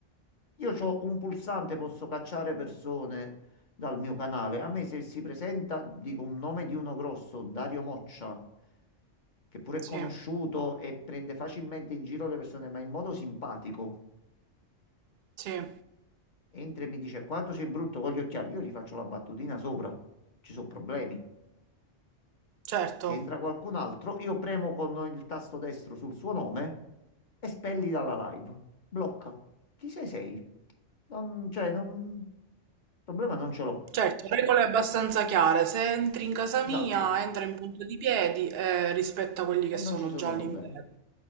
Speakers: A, on the left; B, on the right.
A: Io ho un pulsante, posso cacciare persone dal mio canale. A me se si presenta, dico un nome di uno grosso, Dario Moccia, che pure
B: sì,
A: è conosciuto e prende facilmente in giro le persone, ma in modo simpatico.
B: sì.
A: entra e mi dice quanto sei brutto con gli occhiali, io gli faccio la battutina sopra, ci sono problemi.
B: Certo.
A: Se entra qualcun altro, io premo con il tasto destro sul suo nome e spelli dalla live. Blocca. Chi sei sei? Non, cioè, non... problema non ce l'ho.
B: Certo, regole abbastanza chiare. Se entri in casa
A: Esatto.
B: mia, entra in punta di piedi e rispetta quelli che
A: E non
B: sono
A: ci sono
B: già all'interno.
A: problemi.